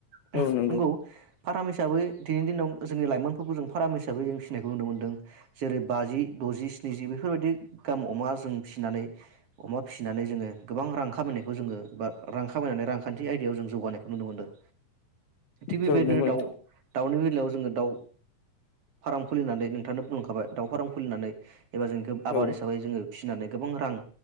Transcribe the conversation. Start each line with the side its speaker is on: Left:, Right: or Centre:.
Right: <unintelligible>
Left: औ नंगौ
Right: गौ फाराम हिसाबै दिनैनि दिनाव जोंनि लाइमोनफोरखौ जों फाराम हिसाबै जों फिसिनायखौ नुनो मोन्दों जेरै बाजि द'जि स्निजि बेफोरबायदि गाहाम अमा जों फिसिनानै अमा फिसिनानै जोङो गोबां रां खामायनायखौ जोङो बा रां खामायनानै रांखान्थि आयदायाव जों जौगानायखौ नुनो मोनदों थिग बेबायदिनो
Left: औ नंगौ
Right: दाउ
Left: नोंथां
Right: दाउनि <unintelligible> लायाव जोङो दाउ फाराम खुलिनानै नोंथांनो बुंलांखाबाय दाउ फाराम खुलिनानै एबा इखोब आबाद
Left: औ
Right: हिसाबै जोङो फिसिनानै गोबां रां